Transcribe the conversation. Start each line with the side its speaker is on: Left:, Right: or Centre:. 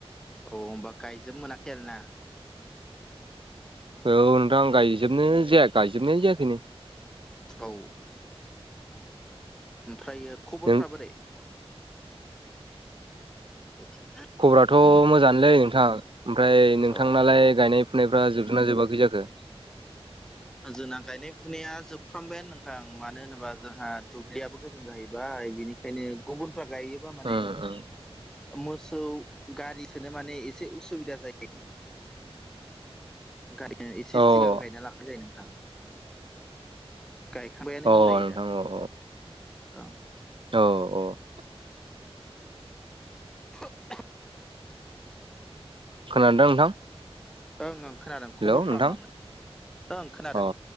Centre: औ होमबा गायजोबबो मोनाखै आरो ना।
Right: औ नोंथां आं गायजोबनो जाया गायजोबनाय जायाखैनो।
Centre: औ ओमफ्राय खबरफ्रा
Right: नों
Centre: बोरै? ओम।
Right: खबराथ' मोजाङानोलै नोंथां। ओमफ्राय नोंथांनालाय
Centre: औ औ
Right: गायनाय फुनायफ्रा जोबदोंना जोबाखै जाखो।
Centre: जोंना गायनाय फुनाया जोबफ्रामबायो नोंथां मानो होनोबा जोंहा दुब्लियाबो गोजान जाहैबाय। बिनिखाय बेखायनो गुबुनफ्रा गायोबा माने
Right: ओं
Centre: मोसौ गारि सोनो माने एसे उसुबिदा जायो। गारिखौ एसे
Right: ओं
Centre: सिगां गायना लाखानाय जायो नोंथां। गायखांबायानो
Right: अ
Centre: होनजायो
Right: नोंथां
Centre: दा
Right: अ
Centre: ओं।
Right: औ औ।
Centre: <unintelligible>
Right: खोनादों ना नोंथां।
Centre: ओं ओं खोनादों
Right: हेलौ
Centre: खबरफ्रा
Right: नोंथां
Centre: मामोन ओं खोनादों।
Right: अ